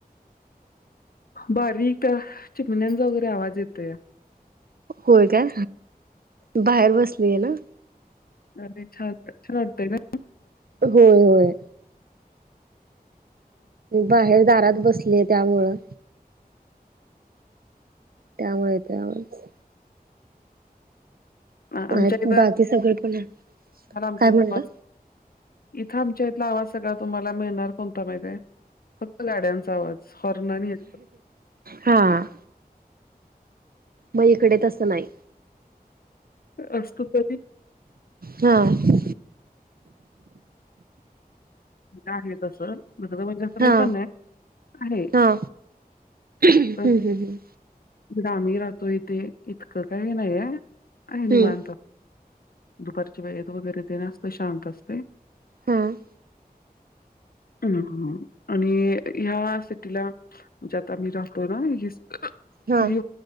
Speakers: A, on the left; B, on the right.
A: बारीक त्या चिकमिनंचा वगैरे आवाज येतो या.
B: होय का बाहेर बसलीय ना.
A: अरे छान छान वाटतय न.
B: होय होय. बाहेर दारात बसलीय त्यामुळं. त्यामुळे येतय आवाज.
A: आमच्या
B: बाकी
A: इथं
B: सगळे पण आहे
A: <unintelligible>
B: काय म्हणलं
A: इथं आमच्या इथला आवाज सगळा तुम्हाला मिळणार कोणता माहितय? फक्त गाड्यांचा आवाज. आणि याचा.
B: हां. मग इकडे तंस नाय.
A: असतो कधी?
B: हां.
A: आहे तसं इकड म्हणजे
B: हा
A: पणय आहे
B: हा हम्म
A: प
B: हम्म
A: इकड आम्ही राहतो इथे इतकं काही नाहीये. आहे निवांत
B: हम्म
A: दुपारची वेळेत वगैरे तेन असतय शांत असतय.
B: हम्म.
A: हम्म हम्म आणि ह्या सिटीला म्हणजे आता आम्ही राहतोय ना ह
B: हा
A: हि